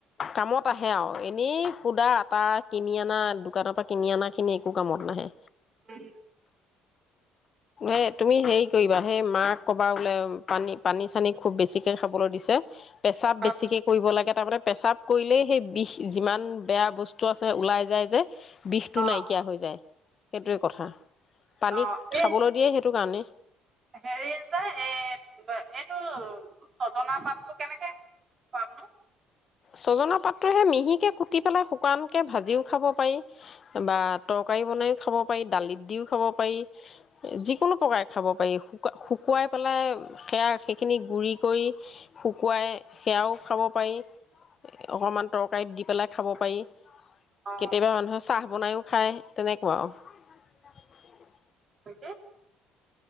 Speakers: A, on the left (about 35°); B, on the right (about 35°).
A: কামত আহে আৰু এনেই সুদা আটা কিনি আনা দোকানৰ পৰা কিনি অনা খিনি একো কামত নাহে।
B: উম উম।
A: এ তুমি হেৰি কৰিবা সেই মাক ক'বা বোলেপানী, পানী চানী খুব বেছিকে খাবলৈ দিছে। পেছাব
B: অ
A: বেছিকে কৰিব লাগে। তাৰমানে পেচাব কৰিলেই সেই বিষ যিমান বেয়া বস্তু আছে ওলাই যায় যে। বিষটো
B: অ
A: নাইকিয়া হৈ যায়। সেইটোৱে কথা। পানী
B: অ
A: খাবলৈ
B: এই
A: দিয়ে সেইটো কাৰণেই।
B: হেৰি যে এই, এইটো ছজনা পাতটো কেনেকৈ খামনো?
A: ছজনা পাতটো হেই মিহিকৈ কুটি পেলাই শুকানকৈ ভাজিও খাব পাৰি বা তৰকাৰী বনাইও খাব পাৰি, দালিত দিও খাব পাৰি, যিকোনো প্ৰকাৰে খাব পাৰি। শুকুৱাই পেলাই সেয়া সেইখিনি গুৰি কৰি শুকুৱাই সেয়াও খাব পাৰি। অকমান তৰকাৰীত দি পেলাই খাব পাৰি।
B: অ',
A: কেতিয়াবা মানুহৰ চাহ বনাইও খায় তেনেকুৱা আৰু।
B: কি?